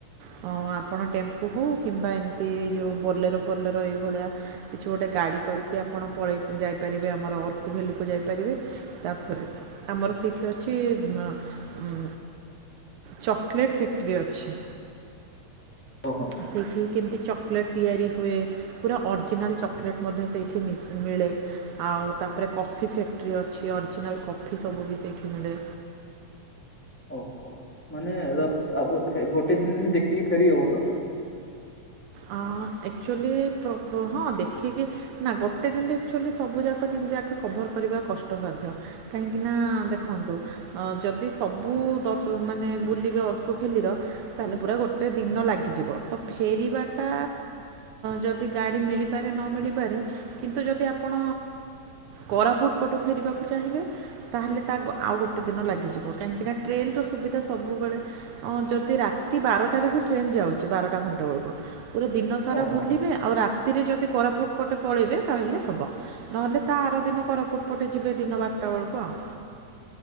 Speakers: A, on the right; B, in the centre.
A: ହଁ ଆପଣ ଟେମ୍ପୁ ହଉ କିମ୍ବା ଏମିତି ଯେଉ ବୋଲେର ଫୋଲେର ଏଇଭଳିଆ କିଛି ଗୋଟେ ଗାଡ଼ି କରିକି ଆପଣ ପଳେଇ ଯାଇପାରିବେ ଆମର ଅର୍କୁ ଭ୍ୟାଲିକୁ ଯାଇପାରିବେ। ତାପରେ ଆମର ସେଇଠି ଅଛି ଉଁ ମ୍ ଉଁ ଚକଲେଟ ଫ୍ୟାକ୍ଟରି ଅଛି।
B: ଓହୋ
A: ସେଠି କେମିତି ଚକଲେଟ୍ ତିଆରି ହୁଏ? ପୁରା ଅରିଜିନାଲ୍ ଚକଲେଟ୍ ମଧ୍ୟ ସେଇଠି ମିଶ-ମିଳେ। ଆଉ ତାପରେ କଫି ଫ୍ୟାକ୍ଟ୍ରି ଅଛି। ଅରିଜିନାଲ୍ କଫି ସବୁ ବି ସେଇଠି ମିଳେ।
B: ଓହୋ। ମାନେ ଆ-ଫ ଗୋଟେ ଦିନ ଦେଖିକି ଫେରି ହବ ତ?
A: ଅ ଆକ୍ଚୁଆଲି ପ୍ର-ପ ହଁ ଦେଖିକି ନା ଗୋଟେ ଦିନରେ ଆକ୍ଚୁଆଲି ସବୁ ଯାକ ଜିନି ଯାକ କଭର କରିବା କଷ୍ଟସାଧ୍ୟ। କାହିଁକି ନା ଦେଖନ୍ତୁ ଅ ଯଦି ସବୁ ଦ-ମାନେ ବୁଲିବେ ଅର୍କୁ ଭେଲିର ତାହେଲେ ପୁରା ଗୋଟେ ଦିନ ଲାଗିଯିବ। ତ ଫେରିବା ଟା ଯଦି ଗାଡ଼ି ମିଳିପାରେ ନ ମିଳିପାରେ, କିନ୍ତୁ ଯଦି ଆପଣ କରାପୁଟ ପଟକୁ ଫେରିବାକୁ ଚାହିଁବେ ତାହେଲେ ତା ଗ-ଆଉ ଗୋଟେ ଦିନ ଲାଗିଯିବ। କାହିଁକିନା ଟ୍ରେନର ସୁବିଧା ସବୁବେଳେ। ଅଁ ଯଦି ରାତି ବାରଟାରେ ବି ଟ୍ରେନ୍ ଯାଉଛି, ବାରଟା ଘଣ୍ଟେ ବେଳକୁ। ପୁରା ଦିନ ସାରା
B: ଓହୋ
A: ବୁଲିବେ, ଆଉ ରାତିରେ ଯଦି କୋରାପୁଟ ପଟେ ପଳେଇବେ, ତାହେଲେ ହବ। ନହେଲେ ତା ଆର ଦିନ କୋରାପୁଟ ପଟେ ଯିବେ ଦିନ ବାରଟା ବେଳକୁ ଆଉ।